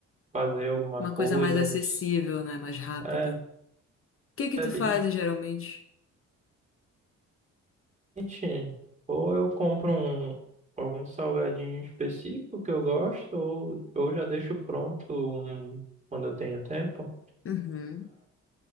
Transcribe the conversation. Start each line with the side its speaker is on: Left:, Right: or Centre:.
Right: fazer alguma
Left: Uma
Right: coisa,
Left: coisa mais acessível,
Right: a gente
Left: né? Mais rápida.
Right: é,
Left: que que
Right: é
Left: tu
Right: pedir
Left: fazes geralmente?
Right: quentinho. Ou eu compro um, algum salgadinho específico que eu gosto, ou eu já deixo pronto um, quando eu tenho tempo.
Left: Uhum.